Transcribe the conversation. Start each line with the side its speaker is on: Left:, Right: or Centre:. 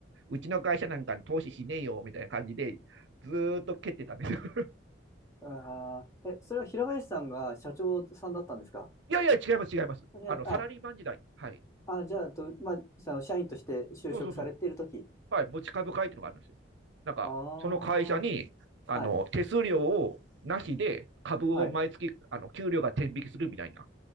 Right: うちの会社なんかに投資しねえよみたいな感じで、ずーっと蹴ってたんですよ。<laughs>
Left: ああ、え、それは平林さんが社長さんだったんですか
Right: いやいや、違います、違います。
Left: いやあ、
Right: あの、サラリーマン時代。はい。
Left: あ、あじゃあ、と、まあ、その社員として就職されているとき。
Right: そうそうそうはい、持ち株会っていうのがあるんですよ。なんか、
Left: ああ、
Right: その会社に、あの、
Left: はい、
Right: 手数料をなしで株を毎月、
Left: はい、
Right: あの、給料が転引きするみたいな。